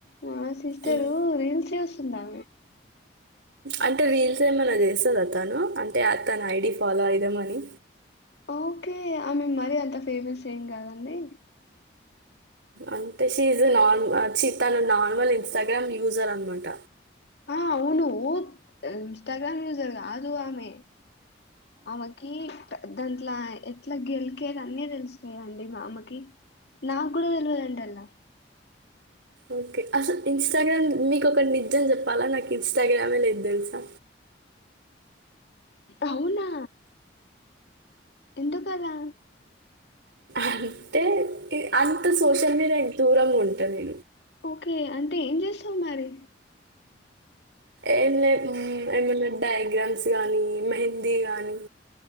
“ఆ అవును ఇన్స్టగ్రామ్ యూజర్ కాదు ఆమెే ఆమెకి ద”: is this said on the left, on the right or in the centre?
Left